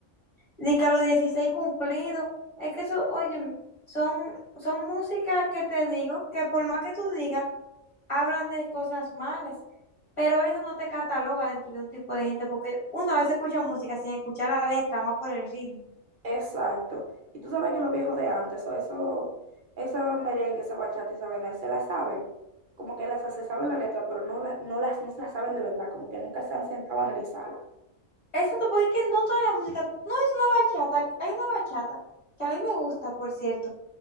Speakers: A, on the left; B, on the right.
A: Ni que a los 16 cumplidos. Es que eso, óyeme, son, son músicas que te digo que por más que tú digas, hablan de cosas malas, pero eso no te cataloga dentro de un tipo de gente, porque uno a veces escucha música sin escuchar la letra, más por el ritmo.
B: Exacto. Y tú sabes que los viejos de antes, eso, eso, esa merengue, esa bachata, esa vaina, se la saben. Como que las se saben la letra, pero no, la- no las no se las saben de verdad, como que nunca se han sentado a analizarla.
A: Eso te- porque es que no toda la música, no es una bachata, hay una bachata que a mí me gusta, por cierto,